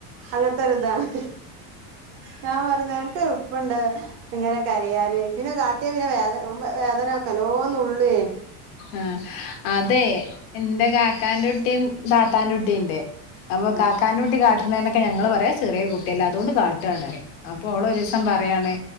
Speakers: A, on the right; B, on the left.
A: അങ്ങൻത്തൊരിതാണ് ഞാൻ പറിം നിനക്ക്എൾപ്പുണ്ട് ഇങ്ങനെ കരയാന് ഓയ്കും പിന്നെ കാട്ട്യാ പിന്നെ വേദന ഓൻ വേദനാക്കും നല്ലോം നുള്ള്യേ
B: ആഹ് അതെ ഇന്റെ കാക്കാന്റെ കുട്ടിം താത്താന്റെ കുട്ടിണ്ട് അപ്പം
A: ഉം
B: കാക്ക കാക്കാൻ ന്റെ കുട്ടി കാട്ട്നേനൊക്കെ ഞങ്ങള് പറിം അത് ചെറ്യേ കുട്ടിയല്ലേ അതോണ്ട് കാട്ടാണ് റിം അപ്പൊ ഓള് ഒരീസം പറയാണ്